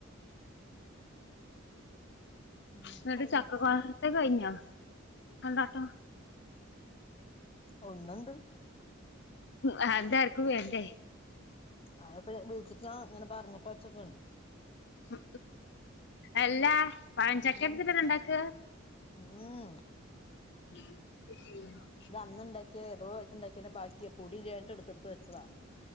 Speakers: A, on the left; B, on the left.
A: എന്താ
B: ന്നട്ട്
A: പറയാ
B: ചക്ക അന്റേത് കഴിഞ്ഞോ കൊണ്ടാട്ടം?
A: ഒന്ന്ണ്ട്.
B: ആ അതെന്താ ആർക്കും വേണ്ടേ?
A: അതാപതു വിളിച്ചിട്ട് ഞാ ഇങ്ങനെ പറഞ്ഞപ്പോ വെച്ച്ക്കണ്
B: ഉ എല്ലാ പഴചാക്കയോടുത്തിട്ട്
A: ഉം
B: ഇത് ഇണ്ടാക്ക.
A: ഉം
B: ഉ <inaudible>
A: അന്ന്ണ്ടാക്കിയാഏതോ കാലത്തുണ്ട ക്കിയ ബാക്കി പൊടി ഇല്ല്യഞ്ട്ട് എടുത്ത് എടുത്തു വെച്ചതാ